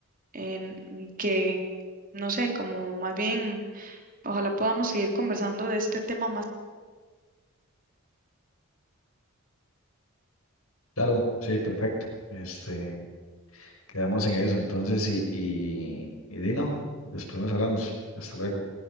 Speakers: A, on the right; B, on the left.
A: en que, no sé, como más bien, ojalá podamos seguir conversando de este tema
B: Claro, sí, perfecto. Este, quedamos en eso entonces y, y, y Dino, después nos hablamos. Hasta luego.